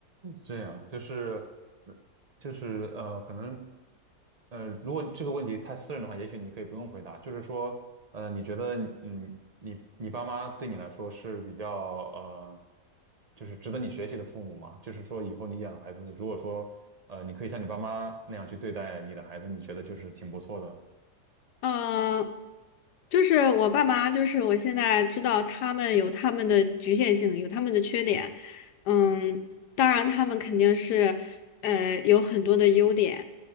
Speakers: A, on the right; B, on the left.
A: 这样就是呃就是呃，可能呃，如果这个问题太私人的话，也许你可以不用回答。就是说，呃，你觉得嗯，你你爸妈对你来说是比较呃，就是值得你学习的父母吗？就是说，以后你养孩子，如果说呃，你可以像你爸妈那样去对待你的孩子，你觉得就是挺不错的。
B: 嗯，呃就是我爸妈，就是我现在知道他们有他们的局限性，有他们的缺点。嗯，当然他们肯定是，呃，有很多的优点。